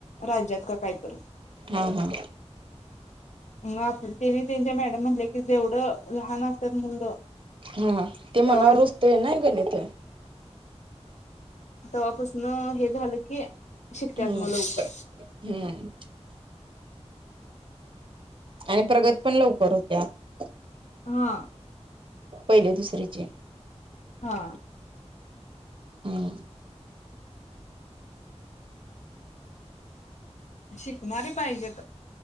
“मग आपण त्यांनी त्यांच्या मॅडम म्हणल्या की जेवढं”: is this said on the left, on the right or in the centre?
Left